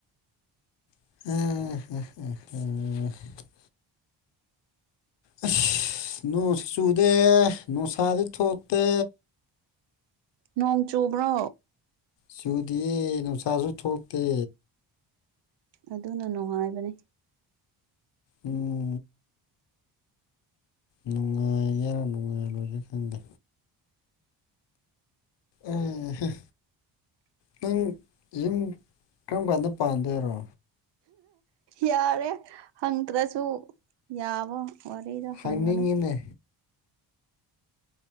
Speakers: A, on the left; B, on the right.
A: ꯑ <inaudible> ꯑꯁ ꯅꯣꯡꯁꯤ ꯆꯨꯗꯦ ꯅꯨꯡꯁꯥꯁꯨ ꯊꯣꯛꯇꯦ
B: ꯅꯣꯡ ꯆꯨꯕ꯭ꯔꯣ
A: ꯆꯨꯗꯤꯌꯦ ꯅꯨꯡꯁꯥꯁꯨ ꯊꯣꯛꯇꯦ
B: ꯑꯗꯨꯅ ꯅꯨꯡꯉꯥꯏꯕꯅꯦ
A: ꯎꯝ ꯅꯨꯡꯉꯥꯏꯒꯦꯔꯥ ꯅꯨꯡꯉꯥꯏꯔꯣꯏꯒꯦꯔ ꯈꯪꯗꯦ ꯑꯦ ꯅꯪ ꯌꯨꯝ ꯀꯔꯝ ꯀꯥꯟꯗ ꯄꯥꯟꯗꯣꯏꯔꯣ
B: ꯌꯥꯔꯦ ꯍꯪꯗ꯭ꯔꯁꯨ ꯌꯥꯕ ꯋꯥꯔꯤꯗ
A: ꯍꯪꯅꯤꯡꯉꯤꯅꯦ
B: ꯍꯪꯒꯅꯤ